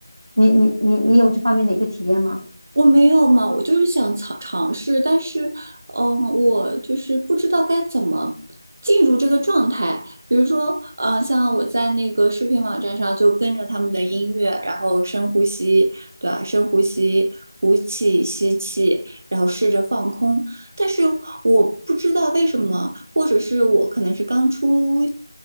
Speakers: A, on the right; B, on the right.
A: 你你你你有这方面的一个体验吗？
B: 我没有嘛，我就是想尝尝试，但是，嗯、我就是不知道该怎么进入这个状态。比如说，呃，像我在那个视频网站上就跟着他们的音乐，然后深呼吸，对吧？深呼吸，呼气、吸气，然后试着放空。但是我不知道为什么，或者是我可能是刚出